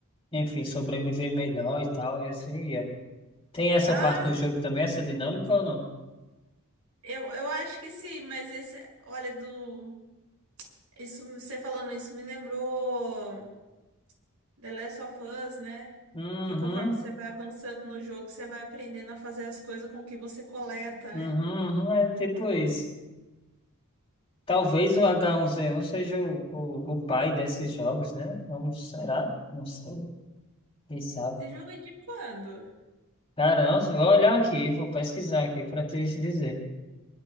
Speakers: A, on the left (about 25°); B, on the right (about 85°).
A: enfim, sobreviver melhor e tal, e assim ia. Tem essa
B: Ah,
A: parte do jogo também, essa dinâmica ou não?
B: eu, eu acho que sim, mas esse. Olha, do. Isso, você falando isso me lembrou. The Last of Us, né?
A: Uhum,
B: Que conforme você vai avançando no jogo, você vai aprendendo a fazer as coisas com o que você coleta,
A: uhum,
B: né?
A: uhum, é tipo isso. Talvez o H1Z1 seja o, o, o pai desses jogos, né? Vamos, será? Não sei. Quem sabe?
B: Esse jogo é de quando?
A: Caramba, vou olhar aqui, vou pesquisar aqui para te dizer.